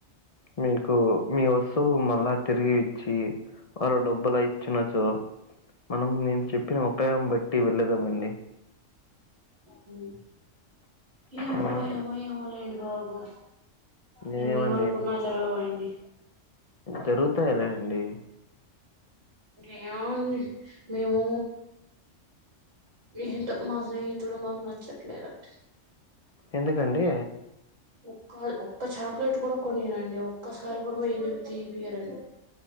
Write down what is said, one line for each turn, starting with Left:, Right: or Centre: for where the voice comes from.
Left: మీకు మీ వస్తువు మళ్ళా తిరిగి ఇచ్చి మరో డబ్బుల ఇచ్చినచ్చో మనం నేను చెప్పిన ఉపాయం బట్టి వెళ్ళెదమండి
Right: మ్మ్ ఏమో
Left: హ్మ్
Right: ప ఏమో ఏమో రండి బాబు
Left: నేనేమండి
Right: మేము ఏం అనుకున్నా జరగవండి
Left: జరుగుతాయిలెండి
Right: ఏమో అండి మేము ఏంటో మా స్నేహితుడు మాకు నచ్చట్లేదండి
Left: ఎందుకండి
Right: ఒ ఒక్క చాక్లెట్ కూడా కొనిరండి ఒక్కసారి కూడా పోయందివి తీపియరండి